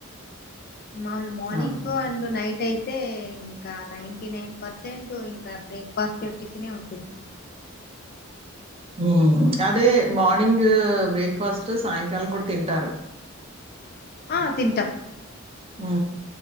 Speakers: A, on the left; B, on the right.
A: మాౌల్ మార్నింగ్
B: అవును.
A: అండ్ నైట్ అయి తే ఇంకా నైంటీ నైన్ పర్సెంటు ఇంకా బ్రేక్ఫాస్ట్ టిఫినే ఉంటుంది.
B: ఓ అదే మార్నింగ్ బ్రేక్ ఫాస్ట్ సాయంకాలం కూడ తింటారు
A: ఆ తింటాం
B: ఉ ఉ